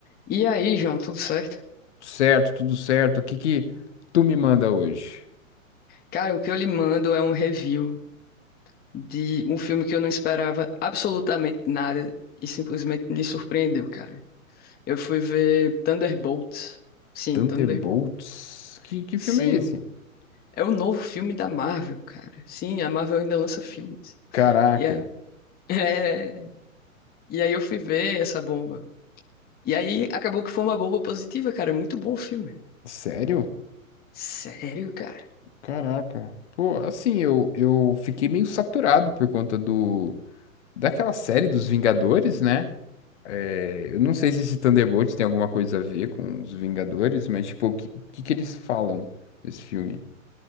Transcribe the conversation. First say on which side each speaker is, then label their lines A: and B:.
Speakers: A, on the left; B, on the left.
A: E aí, João, tudo certo?
B: certo, tudo certo. O que que tu me manda hoje?
A: Cara, o que eu lhe mando é um review de um filme que eu não esperava absolutamente nada e simplesmente me surpreendeu, cara. Eu fui ver Thunderbolts. Sim,
B: Thunderbolts?
A: Thunderbolt.
B: Que, que
A: Sim,
B: filme é esse?
A: é o novo filme da Marvel, cara. Sim, a Marvel ainda lança filmes.
B: Caraca,
A: E aí, <laughs> é, e aí eu fui ver essa bomba. E aí acabou que foi uma bomba positiva, cara. É Muito bom o filme.
B: sério?
A: Sério, cara.
B: Caraca. Pô, assim, eu, eu fiquei meio saturado por conta do daquela série dos Vingadores, né? É, eu não sei se esse Thunderbolts tem alguma coisa a ver com os Vingadores, mas tipo, o que, que que eles falam nesse filme?